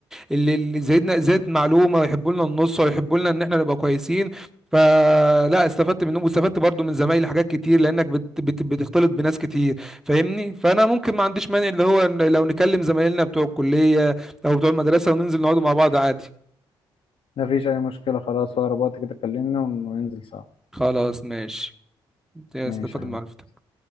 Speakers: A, in the centre; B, on the left.
A: اللي, اللي زايدنا زاد معلومه ويحبوا لنا النص ويحبوا لنا ان احنا نبقى كويسين فلا استفدت منهم واستفدت برضو من زمايلي حاجات كتير لانك بت بت بتختلط بناس كتير فاهمني فانا ممكن ما عنديش مانع اللي هو إن لو نكلم زمايلنا بتوع الكليه او بتوع المدرسه وننزل نقعدوا مع بعض عادي
B: مفيش أي مشكلة خلاص في أقرب وقت كده كلمني ون- وننزل سوا
A: خلاص ماشي استفدت
B: ماشي يا
A: من
B: حبيبي
A: معرفتك